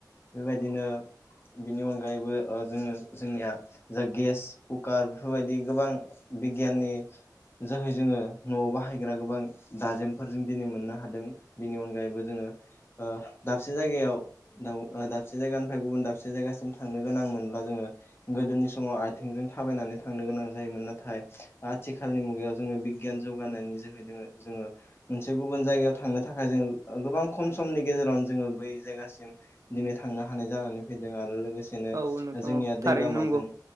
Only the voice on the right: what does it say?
औ नोंथां
औ
थारैनो
नंगौ